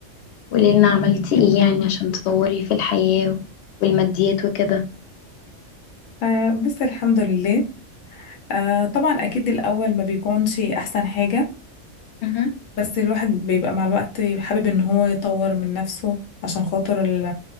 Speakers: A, on the left; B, on the left.
A: وقولي لنا عملتي ايه يعني عشان تطوري في الحياه والماديات وكده
B: آه بس الحمد لله آه طبعا اكيد الاول ما بيكونش احسن حاجة
A: مهم.
B: بس الواحد بيبقى مع الوقت حابب ان هو يطور من نفسه عشان خاطر ال